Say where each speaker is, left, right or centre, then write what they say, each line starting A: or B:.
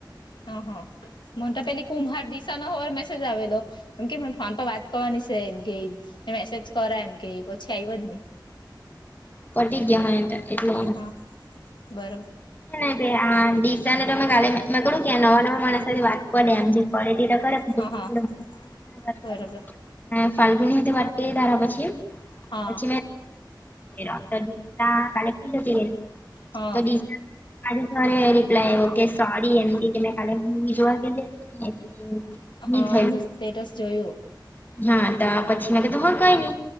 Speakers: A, on the left (about 70°); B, on the left (about 25°).
A: હા હા મ તો પેલી કુમભાર દિસા નો હોવાર મેસેજ આવેલો. એમ કે ફોન પર વાત કરવાની છે, એમ કે મેસેજ કર એમ કે પછી આવ્યો જ નહી.
B: પટી ગયા હો એટલે
A: હા બરોબર
B: ને દિસા ને તમે કાલે મે કું કેયાં નવા નવા માના સાથે વાત કરી દે આમ. કે તટ કરે પણ
A: હા હા
B: બ.
A: બરોબર
B: અને ફાલ્ગુની સાથે વાત કરી તારા પછી
A: હા
B: એ પછી મે ડોકટર ગીતા કાલે કી જતી ગ
A: હા
B: તો દીશા આજે સોરે રિપ્લાય ઓકે સોરી એમ કે મેં ખાલી મૂવી જોવા ગેલી હતી. <inaudible>
A: હા
B: ની થયેલું
A: એને સ્ટેટસ જોયું.
B: હા તો પછી મે તો હો કઈ નઈ.